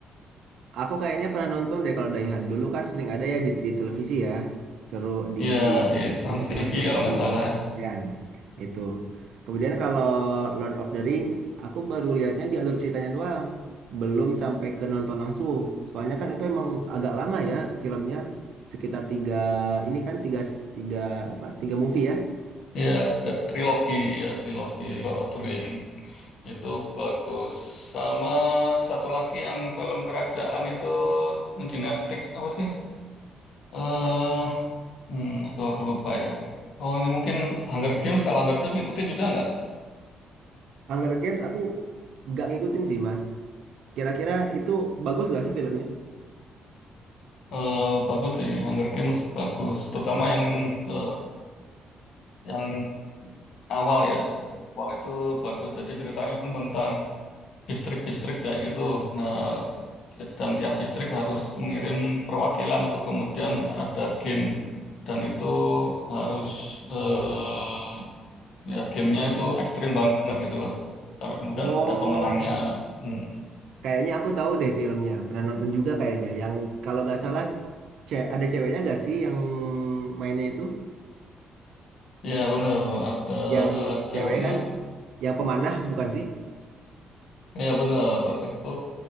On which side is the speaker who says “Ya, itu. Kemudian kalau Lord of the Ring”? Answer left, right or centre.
Right